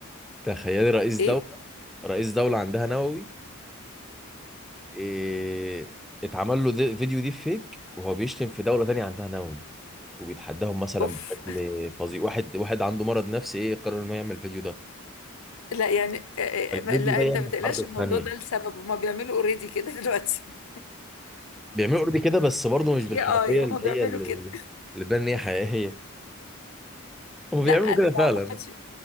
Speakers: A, in the centre; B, on the left.
A: تخيلي رئيس دولة
B: ايه
A: رئيس دولة عندها نووي إيه... اتعمل له دي... فيديو دي فيك وهو بيشتم في دولة تانية عندها نووي وبيتحداهم مثلا
B: اوف
A: بشكل
B: <laughs>
A: فظيع واحد واحد عنده مرض نفسي ايه قرر انه يعمل فيديو ده
B: لا يعني آه،
A: الفيديو
B: آه، لا
A: ده
B: انت
A: يعمل
B: ما
A: الحرب
B: تقلقش
A: الثانية
B: الموضوع ده لسبب هما بيعملوا اوريدي كده <laughs> دلوقتي
A: بيعملوا اوريدي كده بس برضه مش
B: مش
A: بالحرفية
B: اي اي هما
A: اللي
B: بيعملوا
A: هي اللي
B: كده
A: اللي تبان ان هي حقيقية هم
B: لا
A: بيعملوا
B: انا
A: كده فعلا
B: ما اعتقدش